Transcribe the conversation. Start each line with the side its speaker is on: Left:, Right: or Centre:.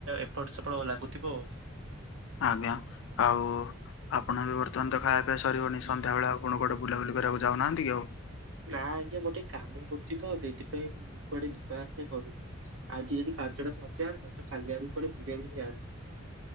Right: ଏପଟ ସେପଟ ଲାଗୁଥିବ।
Left: ଆଜ୍ଞା ଆଉ ଆପଣ ବି ବର୍ତ୍ତମାନେ ତ ଖାଇବା ପିଇବା ସରିବନି ସଧ୍ୟାବେଳେ ଆଉ କଣ କୋଆଡେ ବୁଲାବୁଲି କରିବାକୁ ଯାଉନାହାନ୍ତି କି ଆଉ?
Right: ନା ଆଜ୍ଞା ମୋ ଟିକେ କାମ କରୁଚିତ ସେଇଥିପାଇଁ ମୁଁ କୁଆଡେ ଯିବା ଆସିବା କରୁନି। ଆଜି ଯଦି କାର୍ଯ୍ୟଟା ସରିଯାଆନ୍ତା କାଲି ଆଡେ କୁଆଡେ ବୁଲିବାକୁ ଯାଆନ୍ତା।